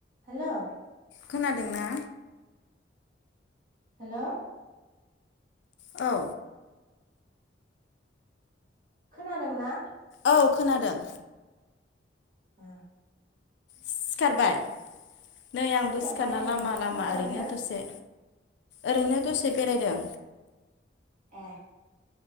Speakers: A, on the right (about 45°); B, on the left (about 65°).
A: Hello
B: खोनादोंना
A: hello.
B: औ
A: खोनादों ना
B: औ खोनादों।
A: ओ।
B: सिखारबाय नै आंबो
A: सिखारबाय
B: सिखारना
A: ओं
B: लामा लामा
A: मा खालामदों
B: ओरैनो दसे। ओरैनो दसे बेरायदों।
A: ए